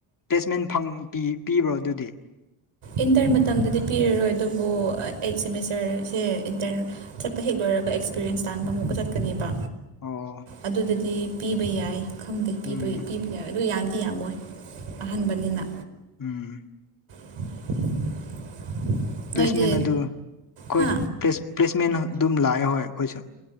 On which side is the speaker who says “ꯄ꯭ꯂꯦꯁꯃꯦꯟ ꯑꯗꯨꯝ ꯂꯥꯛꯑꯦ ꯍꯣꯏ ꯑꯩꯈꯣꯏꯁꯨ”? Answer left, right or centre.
Left